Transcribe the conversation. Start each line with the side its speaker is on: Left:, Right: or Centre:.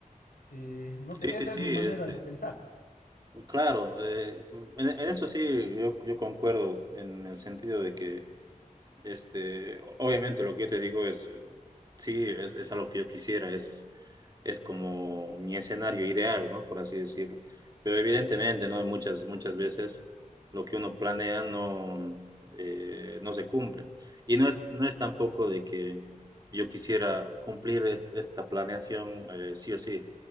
Left: eh, no sé,
Right: Sí, sí,
Left: esa
Right: sí,
Left: es mi manera
Right: este,
Left: de pensar.
Right: claro, eh, en, en eso sí, yo, yo concuerdo en el sentido de que Este, obviamente lo que yo te digo es, eh, sí, es, es a lo que yo quisiera, es, es como mi escenario ideal, ¿no? Por así decirlo. Pero evidentemente, ¿no? Muchas, muchas veces lo que uno planea no, eh, no se cumple. Y no es, no es tampoco de que yo quisiera cumplir est- esta planeación eh, sí o sí.